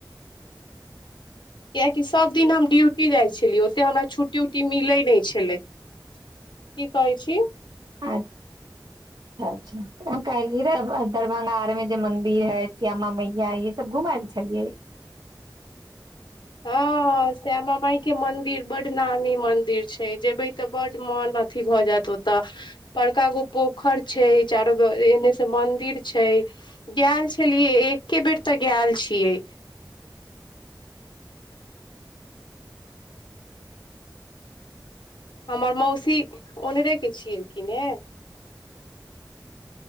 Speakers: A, on the left (about 80°); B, on the right (about 65°).
A: कियाकि सब दिन हम ड्यूटी टी जाइ छलियै ओते हमरा छट्टी उट्टी मी बिलै नहि छल किी कहै छी
B: अच्छा-अच्छा। कहलियै रहए ने, दरभंगामे जे श्यामा मायके मन्दिर हइ, ओ सभ घुमाय लेल गेल छलियै।
A: हँ, श्यामा माइके मन्दिर बड्ड नामी मन्दिर छै। जेयबै तऽ बड्ड मन प्रसन्न भऽ जायत। ओतय बड़का गो पोखरि छै, चारू कात मन्दिर छै। हम एक्के बेर ओतय गेल छियै। हमर मौसी ओनहि रहै छथि ने?